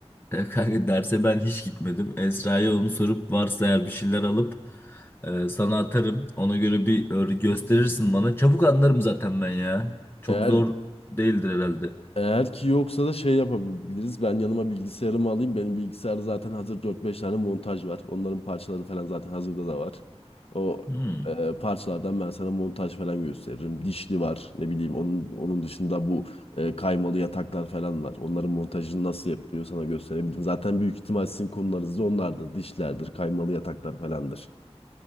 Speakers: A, on the left; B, on the left.
A: E, kanka derse ben hiç gitmedim. Esra'ya onu sorup varsa eğer bir şeyler alıp e, sana atarım. Ona göre bir öyle gösterirsin bana. Çabuk anlarım zaten ben ya. Çok
B: Eğer
A: zor değildir herhalde.
B: Eğer ki yoksa da şey yapabiliriz. Ben yanıma bilgisayarımı alayım. Benim bilgisayarda zaten hazır dört 5 tane montaj var. Onların parçaları falan zaten hazırda da var. O
A: Hı.
B: e, parçalardan ben sana montaj falan gösteririm. Dişli var ne bileyim. Onun, onun dışında bu e, kaymalı yataklar falan var. Onların montajını nasıl yapılıyor sana gösterebilirim. Zaten büyük ihtimal sizin konularınız da onlardır. Dişlerdir, kaymalı yataklar falandır.